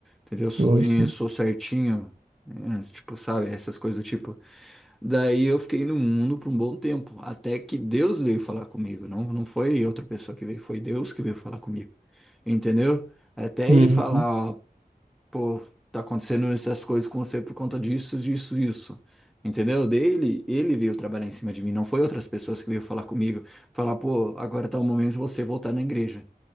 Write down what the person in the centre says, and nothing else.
Entendeu? Sou,
eu
sou certinho, é, tipo, sabe, essas coisas do tipo. Daí eu fiquei no mundo por um bom tempo, até que Deus veio falar comigo, não, não foi outra pessoa que veio, foi Deus que veio falar comigo, entendeu? Até
ele falar, ó, pô, tá acontecendo essas coisas com você por conta disso, disso, isso, entendeu? Dele, ele veio trabalhar em cima de mim, não foi outras pessoas que veio falar comigo, falar, pô, agora tá o momento de você voltar na igreja,